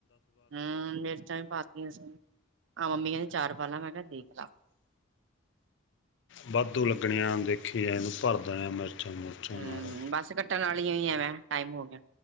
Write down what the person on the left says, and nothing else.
ਵਾਧੂ ਲੱਗਣੇ ਆ, ਦੇਖੀ ਜਾਈ ਤੂੰ ਪਰਦਾ ਯਾਂ ਮਿਰਚਾਂ ਮੁਰਚਾਂ
ਨਾਲ